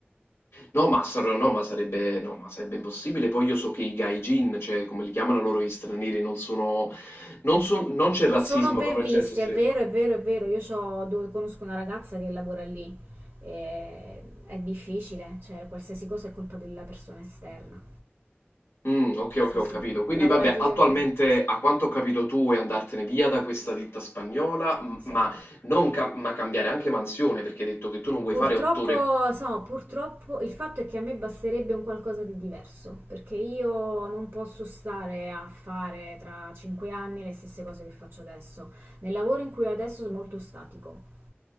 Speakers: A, on the left; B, on the right.
A: No, ma, sar- no, ma sarebbe, no, ma sarebbe impossibile. Poi io so che i gaijin, cioè come li chiamano loro gli stranieri, non sono, non so- non c'è
B: Non
A: razzismo
B: sono ben
A: proprio
B: visti,
A: nel senso stretto.
B: è vero, è vero, è vero. Io c'ho- do- conosco una ragazza che lavora lì. E è difficile, cioè qualsiasi cosa è colpa della persona esterna.
A: Mm, ok, ok,
B: Sì,
A: ho
B: sì,
A: capito. Quindi
B: lavorativamente.
A: vabbè, attualmente a quanto ho capito tu vuoi andartene via da questa ditta spagnola, m-
B: Sì.
A: ma, non ca- ma cambiare anche mansione, perché hai detto che tu non vuoi
B: Purtroppo,
A: fare otto ore.
B: so, purtroppo il fatto è che a me basterebbe un qualcosa di diverso, perché io non posso stare a fare tra cinque anni le stesse cose che faccio adesso. Nel lavoro in cui ho adesso è molto statico.